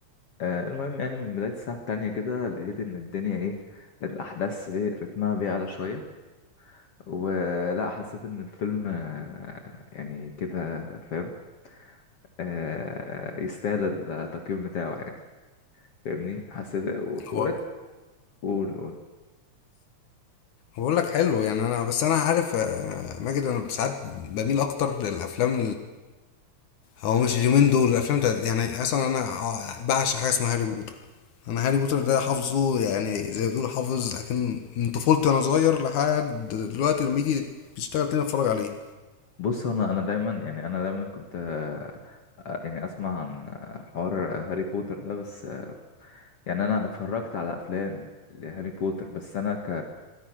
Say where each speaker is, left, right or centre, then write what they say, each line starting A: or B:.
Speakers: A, on the left; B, on the left.
A: آه المهم يعني من بداية الساعة التانية كده لقيت إن الدنيا إيه الأحداث إيه رتمها بيعلى شوية ولا حسيت إن الفيلم آه، يعني كده فاهم آه يستاهل التقييم بتاعه يعني فاهمني حسيت
B: هو
A: وريت قول قول
B: بقول لك حلو يعني انا بس انا عارف آه، ماجد انا ساعات بميل اكتر للافلام هو مش اليومين دول الافلام بتاعت يعني اصلا انا ع- بعشق حاجه اسمها هاري بوتر انا هاري بوتر ده حافظه يعني زي ما بتقول حافظ لكن من طفولتي وانا صغير لحد دلوقتي لما يجي بيشتغل تاني اتفرج عليه
A: بص انا انا دايما يعني انا دايما كنت آه، آه، يعني اسمع عن آه، حوار آه، هاري بوتر ده بس آه، يعني انا اتفرجت على افلام لهاري بوتر بس انا ك